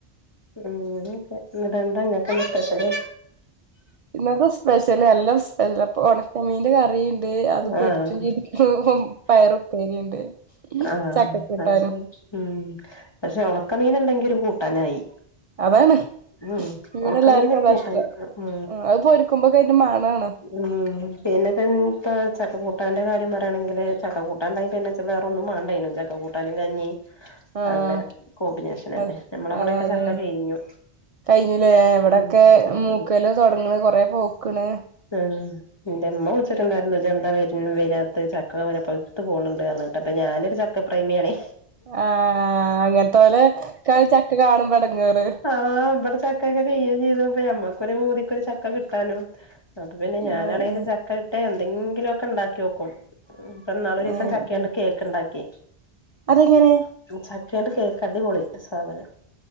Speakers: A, on the left; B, on the right.
A: അങ്ങനെ ഒക്കെ എന്നിട്ട് എന്താ നിങ്ങൾക്ക് എന്താ സ്പഷ്യല്
B: ഇന്നത്തെ സ്പെഷ്യല് എല്ലാം സ്പെഷ്യലാ ഇപ്പൊ ഉണക്കമീനിന്റെ കറിയുണ്ട് അത് പൊരിച്ചും
A: ആഹ്
B: ചെയ്ത് ഇപ്പം പയർ ഉപ്പേരിയുണ്ട്
A: ആഹ്
B: ചക്ക കൂട്ടാനും
A: അത് ശരി ഉം പക്ഷെ ഉണക്കമീൻ ഉണ്ടെങ്കി ഒരു കൂട്ടാനായി
B: അതാണ്
A: ഉം
B: ഇവിടെ
A: ഉണക്കമീനൊക്കെ
B: എല്ലാർക്കും അതാഷ്ടം
A: കൂട്ടാന് ഉം
B: അത് പൊരിക്കുമ്പോ കയിന്റെ മണാണ്
A: ഉം പിന്നെ തന്നെ ഇപ്പ ചക്കൂട്ടാൻന്റെ കാര്യം പറയയാണെങ്കിൽ ചക്ക കൂട്ടാൻ ഉണ്ടെങ്കിൽ പിന്നെ ഇച്ച് വേറൊന്നും വേണ്ടേനും ചക്ക കൂട്ടാനും കഞ്ഞി
B: ആഹ്
A: നല്ല കോമ്പിനേഷൻ അല്ലേ
B: അഹ്
A: നമ്മളവിടെക്കെ
B: അതെ അതെ
A: ചക്ക കഴിഞ്ഞു
B: കഴിഞ്ഞില്ലേ ഇവിടെ
A: ഉം
B: ത്തെ
A: ചക്ക
B: മൂക്കല് തുടങ്ങ്ണ് കൊറേ പഴുക്ക്ന്ന്
A: ആഹ് എന്റെ ഇമ്മ വിളിച്ചിട്ട് ഉണ്ടായിരുന്നു ഇജ് എന്താ വരാത്തെ ചക്ക വരെ പഴുത്ത് പോണ് ഉണ്ട് പറഞ്ഞാണ്ട് അപ്പൊ ഞാനൊരു ചക്കപ്രേമിയണേ.
B: ആഹ അങ്ങനത്തെ പോലെ ചക്ക കാണുംമ്പോ എടങ്ങേറ്.
A: ആ് ഇവിടെ ചക്കൊക്കെ കയ്യുകയും ചെയ്തു്പ ഞമ്മക്കൊരു പൂതിക്ക് ഒരു ചക്ക കിട്ടാനും. അത് പിന്നെ ഞാനാണെങ്കലും
B: ഏഹ് ഏഹ്
A: ചക്ക കിട്ടിയാൽ എന്തെങ്കിലുമൊക്കെ ഉണ്ടാക്കിനോക്കും. ഇപ്പം ഇന്നാൾ ഒരു ദിവസം
B: ഏഹ്
A: ചക്കകൊണ്ട് കേക്ക് ഇണ്ടാക്കി.
B: അതെങ്ങനെ.
A: ചക്കന്റെ കേക്ക് അടിപൊളി സാധനം.